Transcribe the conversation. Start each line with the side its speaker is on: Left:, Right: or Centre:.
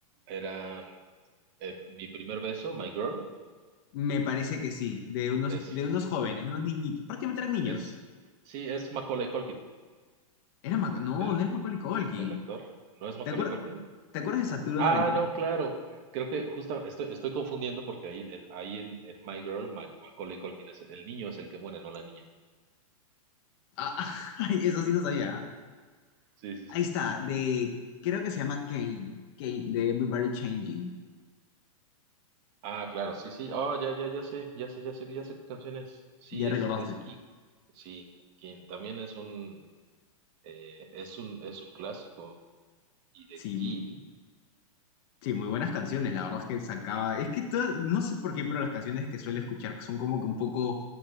Right: Era mm, eh, Mi primer beso, My Girl,
Left: Me parece que sí, de unos,
Right: es,
Left: de unos jóvenes, unos niñitos, prácticamente eran niños.
Right: es, sí, es Macaulay Culkin,
Left: Era Mac- no,
Right: el,
Left: no es Macaulay Culkin.
Right: el actor. ¿No es Macaulay
Left: ¿Te acuer-
Right: Culkin?
Left: ¿Te acuerdas de Saturno
Right: Ah,
Left: en Aventura?
Right: no,
Left: Espacial?
Right: claro. Creo que justo estoy, estoy confundiendo porque ahí, en- ahí en, en My Girl, Ma- Macaulay Culkin es el niño es el que muere, no la niña.
Left: Ah, <laughs> ay, eso sí no sabía.
Right: Sí, sí,
Left: Ahí
Right: sí.
Left: está, de, creo que se llama Kane, Kane, de Everybody Changing.
Right: Ah, claro, sí, sí. Oh, ya, ya, ya sé, ya sé, ya sé, ya sé qué canción es. Sí,
Left: Ya recordaste.
Right: es, es Ki- Sí, Kin. También es un, eh, es un, es un clásico. Y de
Left: Sí,
Right: King,
Left: mu- sí, muy buenas canciones, la verdad es que sacaba, es que todas- no sé por qué, pero las canciones que suelo escuchar son como que un poco